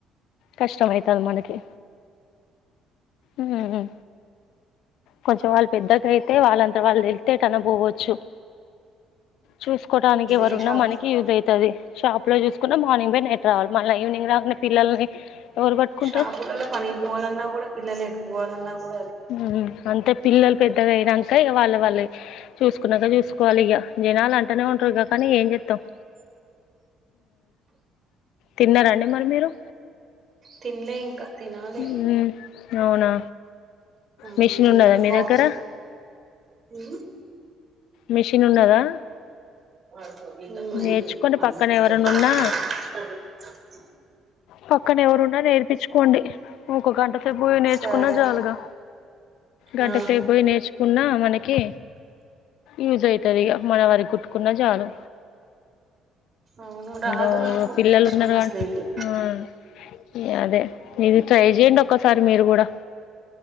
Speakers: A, on the left; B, on the right.
A: కష్టమైతాది మనకి ఉ కొంచెం వాళ్ళు పెద్దగా అయితే వాళ్ళంతా వాళ్ళు వెళ్తే ఎటన్న పోవచ్చు చూసుకోటానికి ఎవరున్నా
B: ఏ షాప్
A: మనకి యూజ్ అయితాది షాప్ లో జూసుకున్నా మార్నింగ్ బొయ్ నైట్ రావాలి మళ్ళీ ఈవినింగ్ రాకునే పిల్లల్ని ఎవరు పట్టుకుంటారు
B: షాపులలో పనికి పోవాలన్నా గూడా పిల్లలు ఎత్తుకుబోవాలన్నా గుడా
A: ఉ అంతే పిల్లలు పెద్దగయ్యేదాంక ఇగ వాళ్ళ వాళ్ళవి చూసుకున్నాక చూసుకోవాలి ఇక జనాలు అంటానే ఉంటారు ఇగ కానీ ఏం జేత్తావ్ తిన్నార అండి మరి మీరు
B: తినలే ఇంకా తినాలి
A: మ్ హు అవునా
B: ఆ
A: మిషన్
B: తిన్ల
A: ఉన్నదా మీ
B: బాక్స్
A: దగ్గర?
B: ఉ
A: మిషిన్ ఉన్నదా
B: ఉమ్
A: నేర్చుకోండి పక్కన ఎవరైనా ఉన్నా పక్కన ఎవరున్నా నేర్పించుకోండి. ఇంకో గంట సేపో నేర్చుకున్నా
B: సరే
A: జాలుగా గంట
B: ఆ
A: సేపు పోయి నేర్చుకున్న మనకి యూజ్ అయితదిగ మన వరి గుట్టుకున్న చాలు
B: అవును రాదు
A: ఊమ్
B: నాకు
A: పిల్లలు
B: కృష్ణ
A: ఉన్నారు కాట్
B: అసలేంది
A: ఉ అదే నది ట్రై చేయండి ఒక్కసారి మీరు కూడా